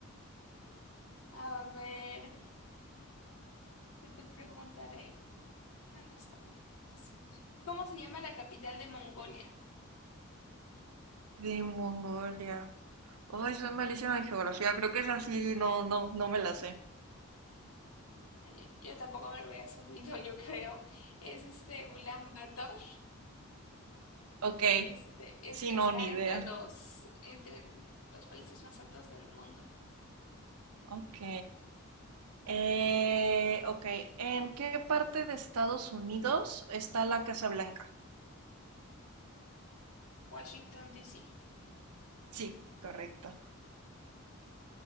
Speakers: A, on the left; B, on the right.
A: A ver, ¿qué te preguntaré? Ah, no está muy fácil. ¿Cómo se llama la capital de Mongolia?
B: De Mongolia. Ay, soy malísima en geografía. Creo que es así. No, no, no me la sé.
A: Ay, Yo, yo tampoco me lo había sabido, <laughs> yo creo. Es este Ulan Bator.
B: Ok.
A: Este, es,
B: Sí,
A: está
B: no, ni idea.
A: entre los, entre los países más altos del mundo.
B: Ok. Eh, ok. ¿En qué parte de Estados Unidos está la Casa Blanca?
A: Washington, D.C.
B: Sí, correcto.